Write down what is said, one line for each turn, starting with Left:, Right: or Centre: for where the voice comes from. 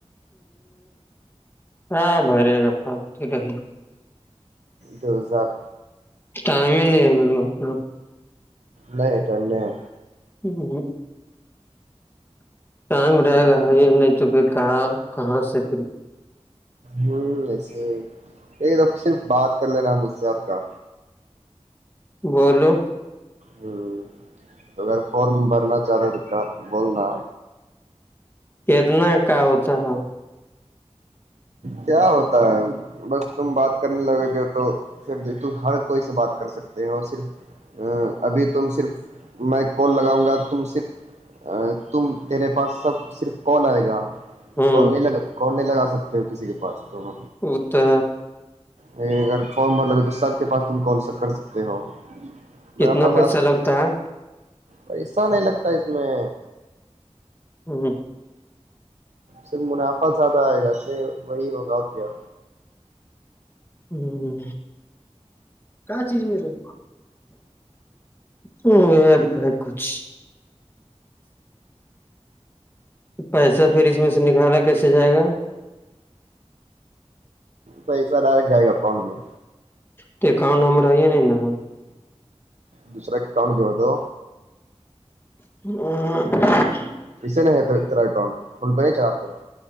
Left: ہاں بھرے گا پپ تو رہ
Right: دوزات
Left: ٹائم ہی نہیں ہے اتنا
Right: نہیںٹ نہیں
Left: ہاں ہاں ٹائم رہے گا ہے یہ نہیں تو پھر کہاں کہاں سے پھر
Right: ہوں ایسے یہ تو صرف بات کر لینا مجھ سے اور کا
Left: بولو
Right: ہ تو اگر فارم بھرنا چاہ رہے تو بولنا
Left: اتنا کا ہوتا ہے
Right: کیا ہوتا ہے بس تم بات کرنے لگو گے تو پھر ہر کوئی سے بات کر سکتے ہو صرف ابھی تم صرف میں کال لگاؤں گا تم صرف تم تیرے پاس سب صرف کال آئے گا
Left: ہوں
Right: کون نہیں لگا کون نہیں لگا سکتے ہو کسی کے پاس ت
Left: ا تو
Right: لن اگر فون بھر لگے تو سب کے پاس تم کال س کر سکتے ہو مفظات
Left: کتنا پیسہ لگتا ہے
Right: پیسا نہیں لگتا اس میں
Left: ہوں
Right: صرف منافع زیادہ آئے گا سے وہی ہوگا اور کیا
Left: ہاں کیا چیز رہ ہوں یہ کچھ پیسہ پھر اس میں سے نکالا کیسے جائے گا
Right: پیسہ ڈائریکٹ جائے گ اکاؤنٹ میں
Left: تو کاؤن ہم رہے نہیں نا
Right: دوسرا کنڈ جوڑ دو
Left: ا
Right: اسے نہیں ہےیرا اکانٹ فون پہ نہیں چلاتے ہو